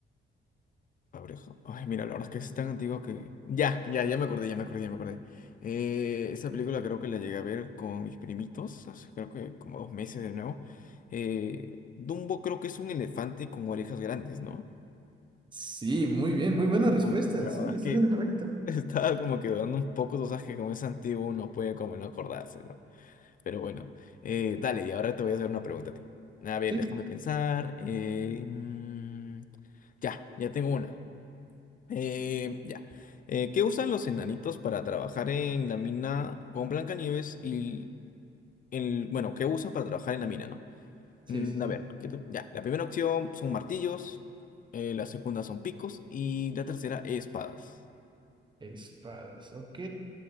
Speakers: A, on the left; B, on the right.
A: abreja. Ay, mira, la verdad es que es tan antiguo que... Ya, ya, ya me acordé, ya me acordé, ya me acordé. Eh, esa película creo que la llegué a ver con mis primitos, hace creo que como dos meses de nuevo. Eh, Dumbo creo que es un elefante con orejas grandes, ¿no?
B: sí, muy bien, muy buena respuesta.
A: Uy, la
B: Sí,
A: verdad
B: estás
A: es que
B: en lo correcto.
A: <laughs> Estaba como que dudando un poco, tú sabes que como es antiguo uno puede como no acordarse, ¿no? Pero bueno, eh, dale, y ahora te voy a hacer una pregunta a ti. A ver,
B: Sí,
A: déjame pensar. eh, mm, ya, ya tengo una. Eh, ya. Eh, ¿qué usan los enanitos para trabajar en la mina con Blancanieves y el, bueno, qué usan para trabajar en la mina, ¿no?
B: sí,
A: Mm,
B: sí, sí.
A: a ver, ¿qué te- ya, la primera opción son martillos, eh, la segunda son picos y la tercera espadas.
B: Espadas, ok.